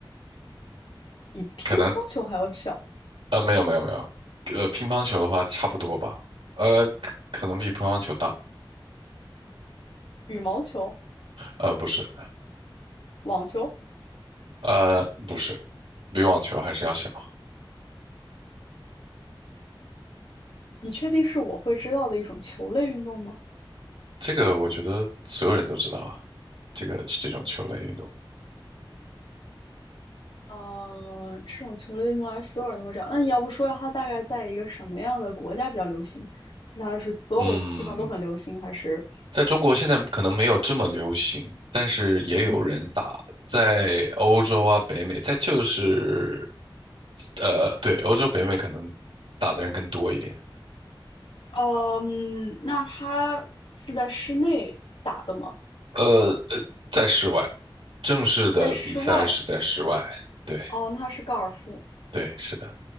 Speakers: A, on the left; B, on the right.
A: 比乒乓球还要小，
B: 可能。呃，没有没有没有，呃，乒乓球的话差不多吧，呃，可可能比乒乓球大，
A: 羽毛球、
B: 呃，不是，
A: 网球，
B: 呃，不是，比网球还是要小。
A: 你确定是我会知道的一种球类运动吗？
B: 这个我觉得所有人都知道啊，这个这种球类运动，
A: 嗯，这种球类运动还是所有人都会知道。那你要不说一下它大概在一个什么样的国家比较流行？是它是所有地方都很流行，
B: 嗯，
A: 还是
B: 在中国现在可能没有这么流行，但是也有人打，
A: 嗯
B: 在欧洲啊、北美，在就是，呃，对，欧洲、北美可能打的人更多一点。
A: 嗯？那它是在室内打的吗？
B: 呃呃，在室外，正式的比赛是在室外。
A: 在室外？
B: 对
A: 哦，那它是高尔夫。
B: 对，是的，